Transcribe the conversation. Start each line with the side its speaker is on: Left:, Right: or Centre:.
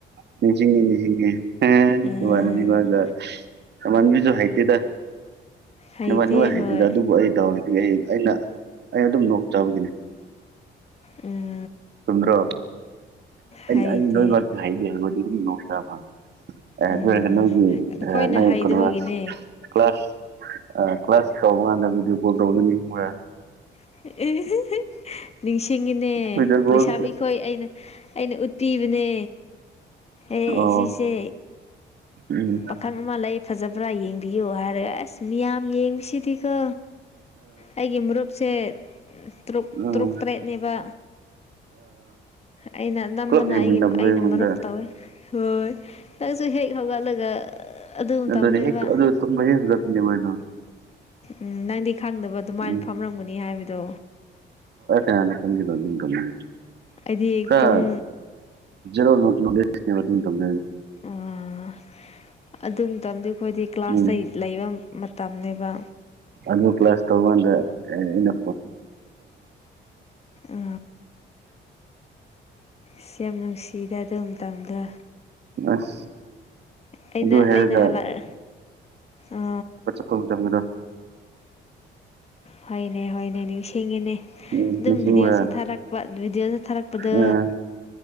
Right: ꯅꯤꯡꯁꯤꯡꯉꯦ ꯅꯤꯡꯁꯤꯡꯉꯦ꯫ ꯍꯟꯕꯤꯒꯟꯕꯤꯁꯨ
Left: ꯎꯝ
Right: ꯍꯥꯏꯇꯗ
Left: ꯍꯩꯇꯦ
Right: ꯅꯨꯡꯉꯥꯏ ꯅꯨꯡꯉꯥꯏ
Left: ꯍꯣꯏ
Right: ꯍꯥꯏꯗꯗ ꯑꯗꯨꯕꯨ ꯑꯩ ꯇꯔ ꯑꯩꯅ ꯑꯩ ꯑꯗꯨꯝ ꯅꯣꯛꯆꯕꯒꯤꯅꯤ꯫
Left: ꯎꯝ
Right: ꯆꯨꯝꯗꯔꯣ
Left: ꯍꯩꯇꯦ
Right: ꯑ ꯅꯣꯏꯔ ꯍꯥꯏꯗꯤꯦꯗꯤ ꯅꯣꯏꯁꯕ ꯑꯦ
Left: ꯎꯝ
Right: ꯑꯗꯨ ꯍꯖ ꯅꯒꯤ
Left: ꯑꯩꯈꯣꯏꯅ
Right: ꯑ ꯅ
Left: ꯍꯩꯗꯕꯒꯤꯅꯦ
Right: ꯀꯩꯅ ꯀ꯭ꯂꯥꯁ ꯀ꯭ꯂꯥꯁ ꯀꯥꯎꯕ ꯑꯗ ꯕꯤꯑꯣ ꯀꯣꯜ ꯇꯧꯅꯤ ꯍꯕ
Left: <unintelligible> ꯅꯤꯡꯁꯤꯡꯉꯤꯅꯦ
Right: ꯚꯤꯗꯤꯑꯣ ꯀꯣꯜ
Left: ꯂꯩꯁꯥꯕꯤꯈꯣꯏ ꯑꯩꯅ ꯑꯩꯅ ꯎꯠꯄꯤꯕꯅꯦ꯫ ꯑꯦ
Right: ꯑꯣ
Left: ꯁꯤꯁꯦ
Right: ꯎꯝ
Left: ꯄꯑꯀꯅꯒ ꯑꯃ ꯂꯩ ꯐꯖꯕ꯭ꯔꯥ ꯌꯦꯡꯕꯤꯌꯨ ꯍꯥꯏꯔꯦ ꯑꯁ ꯃꯤꯌꯥꯝ ꯌꯦꯡꯁꯤꯗꯤꯀꯣ ꯑꯩꯒꯤ ꯃꯔꯨꯞꯁꯦ꯫ ꯇꯨꯛ
Right: ꯎꯝ
Left: ꯇꯔꯨꯛ ꯇꯔꯦꯠꯅꯦꯕ꯫ ꯑꯩꯅ ꯅꯝꯕꯅ
Right: ꯄꯨꯂꯞ ꯌꯦꯡꯃꯤꯟꯅꯕꯗꯣ
Left: ꯑꯩꯒꯤ ꯑꯩꯅ
Right: ꯑꯩꯉꯣꯟꯗ
Left: ꯃꯔꯨꯞ ꯇꯧꯋꯦ꯫ ꯍꯣꯏ ꯅꯪꯁꯨ ꯍꯦꯛ ꯍꯧꯒꯠꯂꯒ ꯑꯗꯨ
Right: ꯑꯗꯨꯅꯦ
Left: ꯇꯝꯅꯦꯕ꯫
Right: <unintelligible>
Left: ꯎꯝ ꯅꯪꯗꯤ ꯈꯪꯗꯕ ꯑꯗꯨꯃꯥꯏꯅ
Right: ꯎꯝ
Left: ꯐꯝꯔꯝꯒꯅꯤ ꯍꯥꯏꯕꯗꯣ
Right: ꯁꯟꯗ ꯑꯗꯨ ꯑꯗꯨꯝ ꯀꯃ
Left: ꯑꯩꯗꯤ
Right: ꯀ
Left: ꯄꯨꯡ
Right: ꯔꯣ ꯂꯩ ꯊꯝ
Left: ꯑꯣ ꯑꯗꯨ ꯃꯇꯝꯗꯤ ꯑꯩꯈꯣꯏꯗꯤ ꯀ꯭ꯂꯥꯁꯇ
Right: ꯎꯝ
Left: ꯂꯩꯕ ꯃꯇꯝꯅꯦꯕ
Right: ꯑꯗꯨꯗ ꯄ꯭ꯂꯥꯁꯁ ꯇꯒꯟ ꯏꯅ
Left: ꯎ ꯁꯤ ꯌꯥꯝ ꯅꯨꯡꯁꯤꯗ ꯑꯗꯨ ꯃꯇꯝ ꯃꯇꯝꯗ
Right: ꯑꯁ
Left: ꯑꯩꯅ
Right: ꯑꯗꯨ ꯍꯥꯏꯔꯒ
Left: ꯑꯩꯅ ꯍꯜꯂꯛꯑ ꯎ
Right: ꯑꯧ ꯊꯝꯃꯒꯗꯣ
Left: ꯍꯣꯏꯅꯦ ꯍꯣꯏꯅꯦ ꯅꯤꯡꯁꯤꯡꯉꯤꯅꯦ ꯑꯗꯨꯝ
Right: ꯎꯝ ꯅꯤꯡꯁꯤꯡꯕ꯭ꯔꯥ
Left: ꯚꯤꯗꯤꯑꯣꯁꯨ ꯊꯥꯔꯛꯄ ꯚꯤꯗꯤꯑꯣꯁꯨ ꯊꯥꯔꯛꯄꯗ
Right: ꯑꯥ